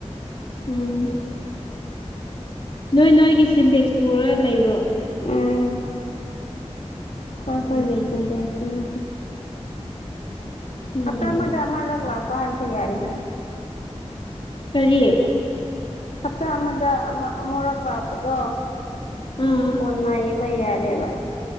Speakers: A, on the left (about 50°); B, on the left (about 80°).
A: ꯎꯝ ꯅꯣꯏ ꯅꯣꯏꯒꯤ ꯁꯤꯟꯇꯦꯛꯁ ꯄꯨꯔꯒ ꯂꯩꯕ꯭ꯔꯣ
B: ꯎꯝ ꯈꯣꯏ ꯈꯣꯏꯒꯤ
A: ꯌꯥꯝ ꯐꯩꯅꯦ
B: ꯁꯤꯟꯇꯦꯛꯁ ꯎ
A: ꯎꯝ
B: ꯍꯞꯇꯥ ꯑꯃꯗ ꯑꯃꯔꯛ ꯂꯥꯛꯄ ꯍꯥꯏꯕꯁꯦ ꯌꯥꯔꯦꯗ
A: ꯀꯔꯤ
B: ꯍꯞꯇꯥ ꯑꯃꯗ ꯑꯃ ꯑꯃꯨꯔꯛ ꯂꯛꯄꯗꯣ
A: ꯑꯥ
B: ꯀꯣꯟꯅꯩꯏꯕ ꯌꯥꯔꯦꯕ